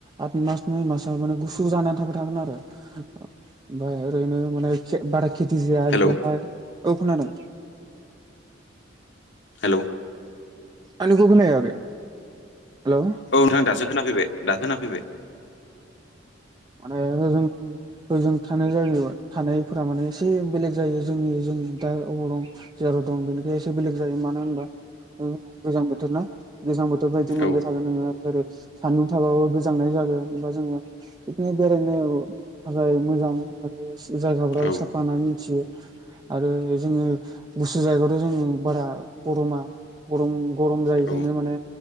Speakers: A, on the right (about 20°); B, on the left (about 65°).
A: आथ मास नय मास माने गुसु जाना थाबा थागोन आरो ओमफाय ओरैनो माने खेब बारा खेथि जाया
B: हेलौ
A: बेयावहाय औ खोनादों।
B: हेलौ
A: आंनिखौ खोनाहैयाखै हेलौ।
B: औ नोंथां दासो खोनाफैबाय दा खोनाफैबाय।
A: माने ओजों ओजों थानाय जायो थानायफोरा माने एसे बेलेग जायो जोंनि जों दा अबाव दं। जेराव दं बेनिखाय एसे बेलेग जायो मानो होनबा गोजां बोथोर ना। गोजां बोथोर बायदि
B: औ
A: मोनबाय थागोन नोङो जेरै सान्दुं थाबाबो गोजांनाय जागोनबा जोङो पिकनिक बेरायनो थाखाय मोजां आरो जायगाफ्राबो
B: औ
A: साफा होना मिथियो आरो जोङो गुसु जायगायावथ' जोङो बारा गरमा गरम गरम जायैखायनो
B: औ
A: माने